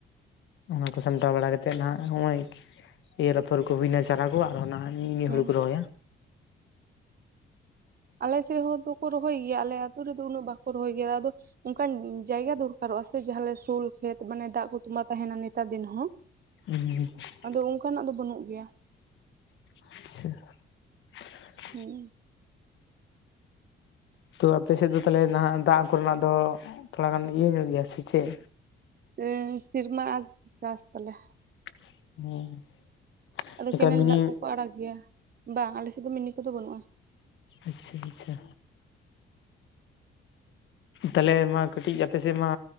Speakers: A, on the left (about 70°); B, on the right (about 50°).
A: ᱚᱱᱟ ᱠᱚ ᱥᱟᱢᱴᱟᱣ ᱵᱟᱲᱟ ᱠᱟᱛᱮ ᱠᱟᱛᱮᱫ ᱱᱟᱦᱟᱜ ᱱᱚᱜᱼᱚᱭ ᱮᱨ ᱨᱟᱯᱷᱚᱨ ᱠᱚ ᱦᱩᱭᱱᱟ ᱪᱟᱨᱟ ᱠᱚᱣᱟᱜ ᱱᱟᱦᱟᱜ ᱱᱤᱼ ᱱᱤᱭᱟᱹ
B: ᱦᱮᱸ
A: ᱦᱩᱲᱩ ᱠᱚ ᱨᱚᱦᱚᱭᱟ
B: ᱟᱞᱮ ᱥᱮᱫ ᱦᱚᱲ ᱫᱚᱠᱚ ᱨᱚᱦᱚᱭ ᱜᱮᱭᱟ ᱟᱞᱮ ᱟᱛᱩ ᱨᱮᱫᱚ ᱩᱱᱟᱹᱜ ᱵᱟᱠᱚ ᱨᱚᱦᱚᱭ ᱜᱮᱭᱟ ᱟᱫᱚ ᱚᱱᱠᱟᱱ ᱡᱟᱭᱜᱟ ᱫᱚᱨᱠᱟᱨᱚᱜᱼᱟ ᱥᱮ ᱡᱟᱦᱟᱸᱞᱮ ᱥᱳᱞ ᱠᱷᱮᱛ ᱢᱟᱱᱮ ᱫᱟᱜ ᱠᱚ ᱛᱚᱸᱟᱜ ᱛᱟᱦᱮᱱᱟ ᱱᱮᱛᱟᱨ ᱫᱤᱱ ᱦᱚᱸ
A: <unintelligible>
B: ᱟᱫᱚ ᱚᱱᱠᱟᱱᱟᱜ ᱫᱚ ᱵᱟᱹᱱᱩᱜ ᱜᱮᱭᱟ᱾
A: ᱟᱪᱪᱷᱟ᱾
B: ᱦᱩᱸᱻ
A: ᱛᱚ ᱟᱯᱮ ᱥᱮᱫ ᱫᱚ ᱛᱟᱦᱚᱞᱮ ᱱᱟᱦᱟᱜ ᱫᱟᱜ ᱠᱚᱨᱮᱱᱟᱜ ᱫᱚ ᱛᱷᱚᱲᱟ ᱜᱟᱱ ᱤᱭᱟᱹ ᱧᱚᱜ ᱜᱮᱭᱟ ᱥᱮ ᱪᱮᱫ
B: ᱩᱸᱻ ᱥᱤᱨᱢᱟ ᱟᱸᱥ ᱪᱟᱥ ᱛᱟᱞᱮ᱾
A: <unintelligible>
B: ᱟᱫᱚ
A: ᱚᱱᱠᱟ
B: ᱠᱮᱱᱮᱞ
A: ᱢᱤᱱᱤ
B: ᱫᱟᱜ ᱠᱚᱠᱚ ᱟᱲᱟᱜᱽ ᱜᱮᱭᱟ ᱵᱟᱝ ᱟᱞᱮᱥᱮᱫ ᱫᱚ ᱢᱤᱱᱤ ᱠᱚᱫᱚ ᱵᱟᱹᱱᱩᱜᱼᱟ᱾
A: ᱟᱪᱪᱷᱟ ᱟᱪᱪᱷᱟ᱾ ᱛᱟᱞᱦᱮ ᱢᱟ ᱠᱟᱹᱴᱤᱡ ᱟᱯᱮ ᱥᱮᱫ ᱢᱟ